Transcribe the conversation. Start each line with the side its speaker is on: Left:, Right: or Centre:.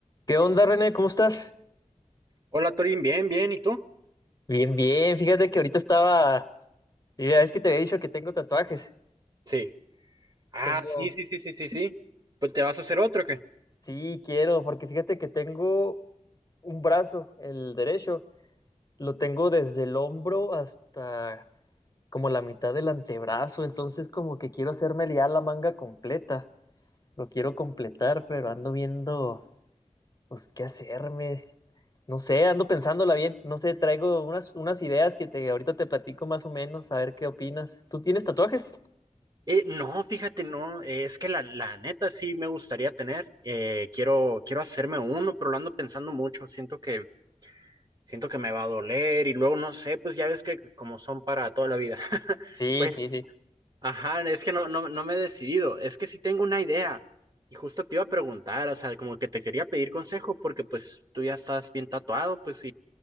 Left: ¿Qué onda, René? ¿Cómo estás?
Right: Hola Torín, bien, bien, ¿y tú?
Left: Bien, bien. Fíjate que ahorita estaba. Ya es que te había dicho que tengo tatuajes.
Right: Sí. Ah,
Left: Tengo.
Right: sí, sí, sí, sí, sí, sí. Pues te vas a hacer otro, o ¿qué?
Left: Sí, quiero, porque fíjate que tengo un brazo, el derecho. Lo tengo desde el hombro hasta como la mitad del antebrazo. Entonces, como que quiero hacerme ya la manga completa. Lo quiero completar, pero ando viendo, pues, qué hacerme. No sé, ando pensándola bien. No sé, traigo unas, unas ideas que te, ahorita te platico más o menos, a ver qué opinas. ¿Tú tienes tatuajes?
Right: Eh, no, fíjate, no, eh, es que la, la neta sí me gustaría tener. Eh, quiero, quiero hacerme uno, pero lo ando pensando mucho. Siento que, siento que me va a doler y luego no sé, pues ya ves que como son para toda la vida. <laughs>
Left: Sí,
Right: Pues,
Left: sí, sí.
Right: ajá, es que no, no, no me he decidido. Es que sí tengo una idea. Y justo te iba a preguntar, o sea, como que te quería pedir consejo porque pues tú ya estás bien tatuado, pues